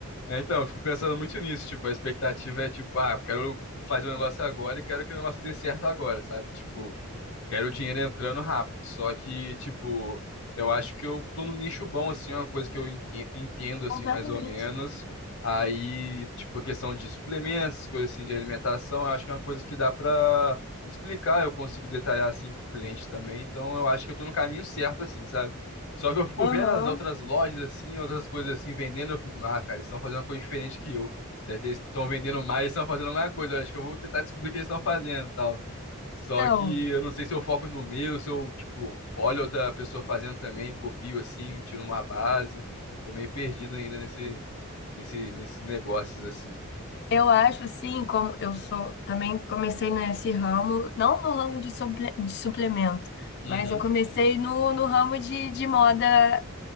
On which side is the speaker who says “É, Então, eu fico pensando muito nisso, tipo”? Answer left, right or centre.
Left